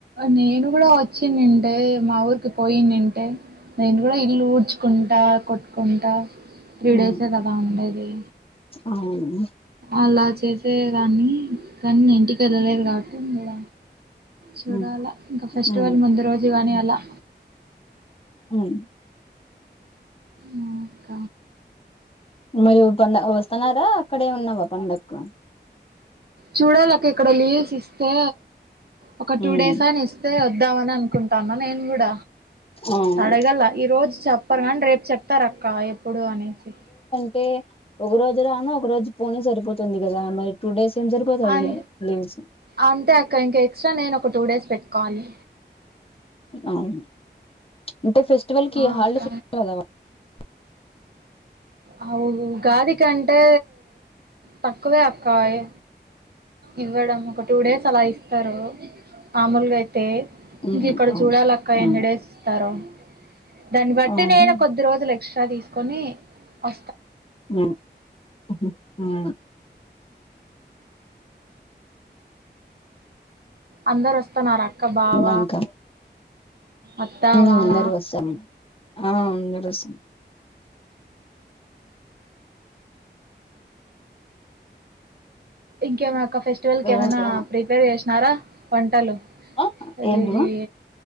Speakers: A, on the right; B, on the left.
A: నేను కూడా వచ్చినుంటే మా ఊరికి పోయినింటే నేను కూడా ఇల్ ఊడ్చ్ ఉంటా కొట్టుకుంట త్రీ
B: ఉమ్
A: డేసే కదా ఉండేది
B: అవును
A: అలా చేసేదాన్ని కానీ ఇంటికి ఎల్లలేదు కాబట్టి ఉన్న ఈడ చూడాల
B: ఉమ్
A: ఇంకా ఫెస్టివల్
B: ఉమ్
A: ముందు రోజు గాని ల
B: హుమ్
A: ఆ అక్క
B: మరి పండ వస్తున్నారా అక్కడే ఉన్నావ పండక్కు
A: చూడలక్క ఇక్కడ లీవ్స్ ఇస్తే ఒక టూ
B: ఉమ్
A: డేస్ అయిన ఇస్తే వొద్ద వనే అనుకుంటాన్న నేను గూడ
B: అవును
A: అడగళ్ల ఈ రోజు చెప్పరు గన్ రేపు చెప్తారూ అక్క ఎప్పుడు అనేసి
B: టె ఒక రోజు రాను ఒక రోజు పోను సరిపోతుంది. కదా మరి టూ డేస్ ఏం సరిపోతాయి
A: అం
B: లీవ్స్
A: అంతే అక్క ఇంకా ఎక్స్ట్రా నేను ఒక టూ డేస్ పెట్టు కోవలి
B: అవును అంటే ఫెస్టివల్ కి
A: ఆ
B: హాలిడేస్
A: అక్క
B: <unintelligible>
A: ఆ ఉగాది కంటే తక్కువే అక్క అయి ఇవ్వడం ఒక టూ డేస్ అలా ఇస్తారు మామూలుగ అయి తే ఇంక
B: ఉమ్
A: ఇక్కడ
B: అవును
A: చూడాల అక్క
B: ఉమ్
A: ఎన్ని డేస్ ఇస్తారో దాన్ని బట్టి
B: అవును
A: నేను కొద్ది రోజులు ఎక్స్ట్రా తీసు కొని ఆ
B: ఉ ఉ హు ఉ
A: అందరు వస్తన్నారా క బావ
B: ఉమ్, ఇంకా
A: అత్త
B: ఉమ్
A: మామ
B: అందరు వస్తాము ఆ అందరూ వస్
A: ఇంకే మా ఫెస్టివల్ కి ఏమన్నా
B: ఇంకేమ
A: ప్రిపేర్ చేస్ నర వంటలు
B: ఆ
A: అదేది
B: ఏంటిమా